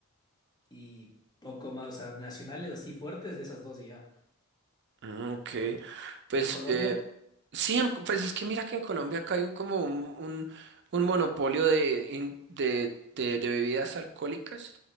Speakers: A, on the left (about 20°); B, on the right (about 50°).
A: y poco más, o sea, nacionales así fuertes de esas dos y ya.
B: Ah, Ok, pues
A: ¿Y en Colombia?
B: eh, sí, en- pues es que mira que en Colombia acá hay un, como un, un, un monopolio de, in- de, de, de bebidas alcohólicas